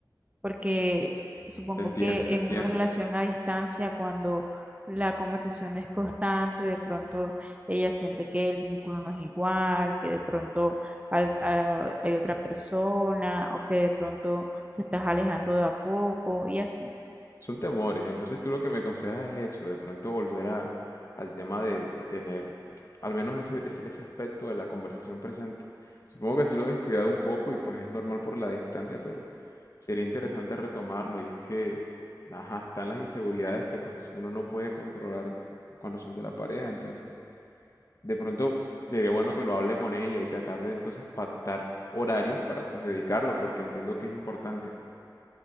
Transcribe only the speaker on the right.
porque supongo
que
en
una relación a distancia, cuando la conversación es constante, de pronto ella siente que el vínculo no es igual, que de pronto al- a- hay otra persona o que de pronto te estás alejando de a poco y así.